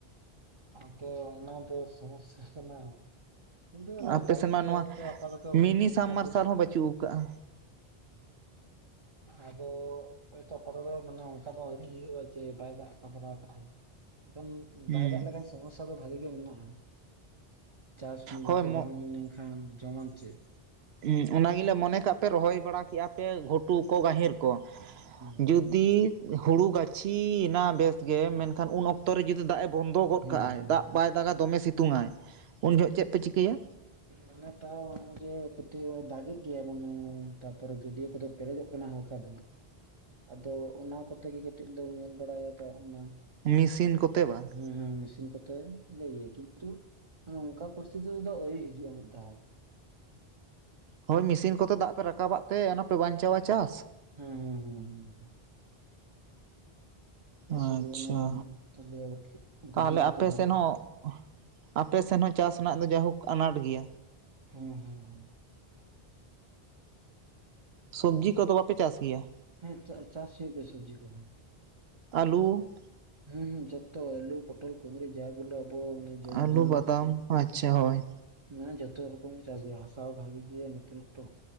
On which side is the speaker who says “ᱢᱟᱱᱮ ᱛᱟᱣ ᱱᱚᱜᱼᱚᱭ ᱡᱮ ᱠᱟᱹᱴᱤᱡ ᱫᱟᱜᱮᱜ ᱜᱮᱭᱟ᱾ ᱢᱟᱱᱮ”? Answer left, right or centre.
Right